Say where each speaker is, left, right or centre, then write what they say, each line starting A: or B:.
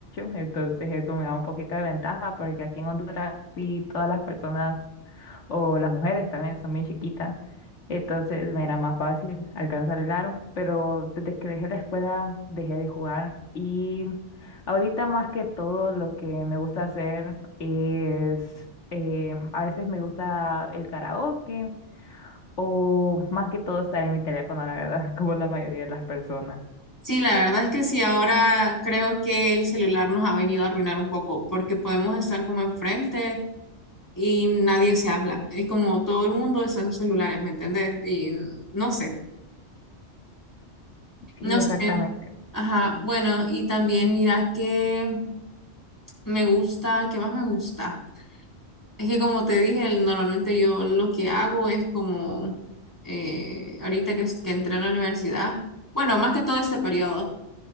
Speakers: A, on the left; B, on the left.
A: entonces eso me da un poquito de ventaja porque aquí en Honduras sí todas las personas o las mujeres también son muy chiquitas, entonces me era más fácil alcanzar el aro, pero desde que dejé la escuela dejé de jugar y ahorita más que todo lo que me gusta hacer es, eh, a veces me gusta el karaoke. O más que todo estar en mi teléfono, la verdad, <laughs> como la mayoría de las personas.
B: Sí, la verdad es que sí, ahora creo que el celular nos ha venido a arruinar un poco, porque podemos estar como enfrente y nadie se habla. Es como todo el mundo está en sus celulares, ¿me entendés? Y no sé,
A: Sí,
B: no
A: exactamente.
B: sé. Ajá, bueno, y también mira que me gusta, ¿qué más me gusta? Es que como te dije, el- normalmente yo lo que hago es como eh, ahorita que, es- que entré a la universidad, bueno, más que todo este periodo,